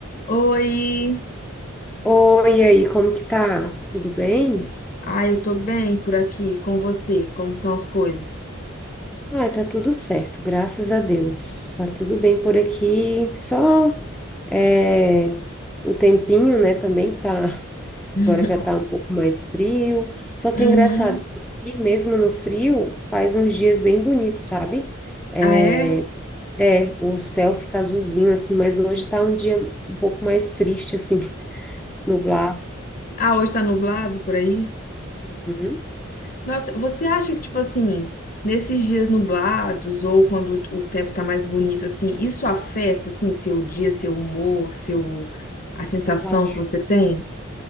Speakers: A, on the left (about 40°); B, in the centre.
A: Oi!
B: Oi, e aí, como que tá? Tudo bem?
A: Ai, eu tô bem por aqui com você. Como estão as coisas?
B: Ah, tá tudo certo, graças a Deus. Tá tudo bem por aqui. Só é, o tempinho, né, também tá.
A: <laughs>
B: Agora já tá um pouco mais frio. Só que
A: Uhum.
B: é engraçado que aqui, mesmo no frio, faz uns dias bem bonitos, sabe? É,
A: Ah, é?
B: é, o céu fica azulzinho, assim, mas hoje tá um dia um pouco mais triste, assim, <laughs> nublado.
A: Ah, hoje tá nublado por aí?
B: Hum,
A: Nossa, você acha que, tipo assim, nesses dias nublados ou quando o tempo tá mais bonito, assim, isso afeta, assim, seu dia, seu humor, seu... a
B: Ah,
A: sensação
B: eu acho.
A: que você tem?